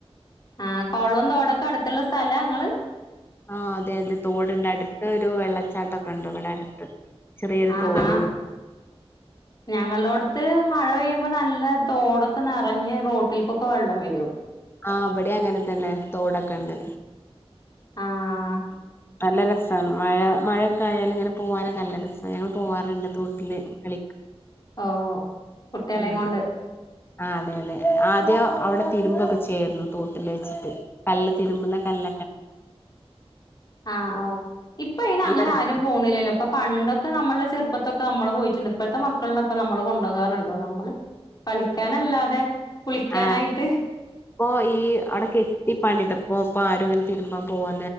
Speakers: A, on the left; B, on the left.
A: ആ കൊളോം തോടൊക്കെ അടുത്തുള്ള സ്ഥലാ ങ്ങള്
B: ആ അതെ അതെ തോട്ണ്ട് അടുത്തൊരു വെള്ളച്ചാട്ടൊക്കെ ഉണ്ട് ഇവടെ അടുത്ത് ചെറിയൊരു
A: ആഹാ
B: തോടും ഉണ്ട്
A: ഞങ്ങളുടെടുത്ത് മഴ പെയ്യ നല്ല തോടൊക്കെ നിറഞ്ഞ് റോട്ടില് ക്കൊക്കെ വെള്ളം വരും
B: ആ അവിടെ അങ്ങനെത്തന്നെ തോടൊക്കെ ഉണ്ട്
A: ആഹ്
B: നല്ല ര രസമാണ് മഴ മഴയൊക്കെ ആയാലും ഇങ്ങനെ പോവാനൊക്കെ അല്ല രസമാണ് ഞങ്ങൾ പോകാറുണ്ട് തോട്ടിൽ കള
A: ഓ കുട്ടികളയും
B: ആ
A: കൊണ്ട്
B: ആ അതെ അതെ ആദ്യം അവിടെ തിരുമ്പൊക്കെ ചെയ്യായിരുന്നു തോട്ടിൽ വെച്ചിട്ട് കല്ല് തിരുമ്പുന്ന കല്
A: ആഓ ഇപ്പ ഇന
B: നല്ല
A: അങ്ങനെ
B: രസ
A: ആരും പോണില്ലല്ലോ ഇപ്പൊ പണ്ടൊക്കെ ക്കെ നമ്മളുടെ ചെറുപ്പത്തൊക്കെ നമ്മള് പോയിട്ടുണ്ട് ഇപ്പോഴത്തെ മക്കളൊപ്പോ നമ്മള് കൊണ്ടു പോകാറുണ്ടോ നമ്മള് കളിക്കാനല്ലാതെ കുളിക്കാനായിട്ട്
B: ആ ഇപ്പൊ ഈ അടക്ക എത്തി പണിതപ്പോ അപ്പോ ആരും അങ്ങനെ തിരുമ്പാൻ പോവാെ